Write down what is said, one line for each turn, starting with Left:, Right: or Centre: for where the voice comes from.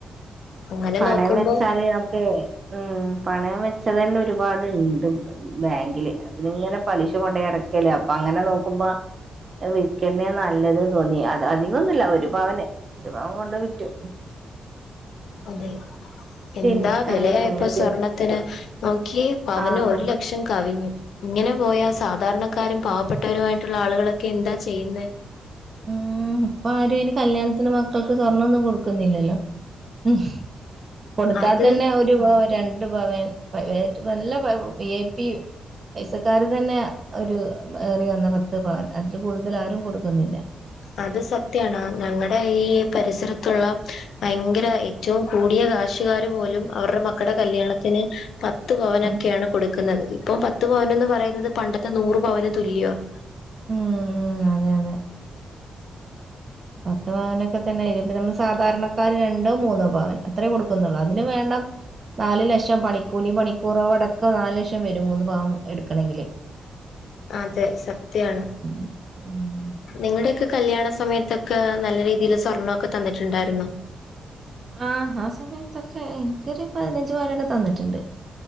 Left: അങ്ങനെ
Right: പണയം
Left: നോക്കുമ്പോ
Right: വെച്ചാല് നമുക്ക് ഉം പണയം വെച്ചാ തന്നെ ഒരുപാട്ണ്ട് ബാങ്കില് അതി ഇങ്ങനെ പലിശ കൊണ്ടോയടക്കല്ലേ അപ്പൊ അങ്ങനെ നോക്കുമ്പോ വിൽക്കന്നെ നല്ലത്ന്ന് തോന്നി അത് അധികൊന്നുമില്ല ഒരു പവന് ഒരു പവൻ കൊണ്ട് വിറ്റു ഇനി
Left: അതെ എന്താ
Right: പിന്നെ
Left: വിലയാ
Right: ഉം പിന്നെത്
Left: ഇപ്പോ സ്വർണത്തിന് നോക്കിയേ പവന്
Right: ആഹ്
Left: ഒരു ലക്ഷം കവിഞ്ഞു ഇങ്ങനെ പോയാ സാധാരണക്കാരും പാവപ്പെട്ട ട്ടവരായിട്ടുള്ള ആളുകളൊക്കെ എന്താ ചെയ്യുന്നത്
Right: ഉം ഇപ്പൊ ആരും അയ്ന് കല്യാണത്തിന് മക്കൾക്ക് സ്വർണ്ണൊന്നും കൊടുക്കുന്നില്ലല്ലോ ഉം കൊടുത്താൽ
Left: അത്
Right: തന്നെ ഒരു ഒരു പവൻ രണ്ട് പവൻ നല്ല വി ഐ പി പൈസക്കാര് തന്നെ ഒരു ഏറി വന്ന പത്ത് പവൻ അതിൽ കൂടുതൽ ആരും കൊടുക്കുന്നില്ല
Left: അത് സത്യാണ് ഞങ്ങളുടെ ഈ പരിസരത്തുള്ള ഭയങ്കര ഏറ്റവും കൂടിയ കാശുകാർ പോലും അവരുടെ മക്കൾടെ കല്യാണത്തിന് പത്ത് ഭവനൊ
Right: ഉം
Left: ഒക്കെയാണ് കൊടുക്കുന്നത് ഇപ്പൊ പത്ത് പവനന്ന് പറയുന്നത് പണ്ടത്തെ നൂറ് പവന് തുല്യമാണ്
Right: ഉം ഉം അതെ അതെ പത്ത് പവനൊക്കെ തന്നെ ഇപ്പ നമ്മൾ സാധാരണക്കാർ രണ്ടോ മൂന്നോ പാവൻ അത്രയേ കൊടുക്കുന്നുള്ളൂ അതിന് വേണ്ട നാല് ലക്ഷം പണിക്കൂലി പണിക്കൂറോ അടക്കം നാല് ലക്ഷം വരും മൂന്ന് പവൻ എടുക്കണമെങ്കില്
Left: അതെ സത്യയാണ്
Right: ഉം ഉം
Left: നിങ്ങളുടെയൊക്കെ കല്യാണ സമയത്തൊക്കെ നല്ല രീതിൽ സ്വർണൊക്കെ തന്നിട്ടുണ്ടായിരുന്നു
Right: ആഹ് ആ സമയത്തൊക്കെ എനിക്കൊരു പതിനഞ്ച് പവനൊക്കെ തന്നിട്ടുണ്ട്